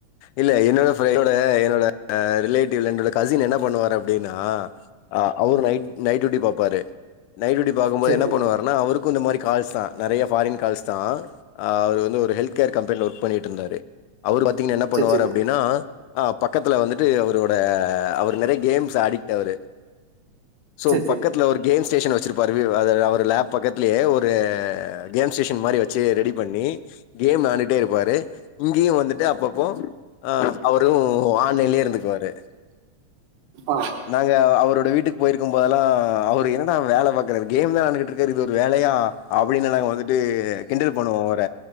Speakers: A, on the left; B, on the right.
A: இல்ல என்னோட ஃப என்னோட என்னோட ரிலேட்டிவ்ல என்னோட கசின் என்ன பண்ணுவாரு அப் டின்னா அ அவுரு நைட் நைட் டூட்டி பாப்பாரு நைட் டூட்டி பாக்கும்போது
B: சரி
A: என்ன
B: சரி
A: பண்ணுவருனா அவுருக் கு இந்த மாரி கால்ஸ்தா நெறைய ஃபாரின் கால்ஸ் தா அவுரு வந்து ஒரு ஹெல்த் கேர் கம்பெனியில ஒர்க் பண்ணிட்ருந்தாரு அவுரு பாத்தீங்ன்னா என்ன பண்ணுவாரு
B: சரி
A: அப்டின்னா
B: சரி
A: அ பக்கத்துல் வந்துட்டு அவுரோட அவுரு நெறைய கேம்ஸ் அடிக்ட்டு அவுரு சோ
B: சரி சரி
A: பக்கத்துல ஒரு கேம் ஸ்டேஷன் வெச்சிருப்பாரு வி அத அவர் லேப் பக்கத்துலேயே ஒரு கேம்ஸ் ஸ்டேஸன் மாரி வெச்சு ரெடி பண்ணி கேம் வெளான்டுட்டே இருப்பாரு இங்கேயு வந்துட்டு அப்பப் போ அ அவரு ஆன்லைன்லயே இருந்துக்குவாரு
B: ஆ
A: நாங்க அவுருட் வீட்டுக்கு போயிருக்கும் போதுல்லா அவரு என்னட வேல பாக்கரார் கேம் தா வெளாண்ட்டுக்குட்ருகாரு இது ஒரு வேலயா அப்டின்னு நாங்க வந்துட் டு கிண்டல் பண்ணுவோ அவர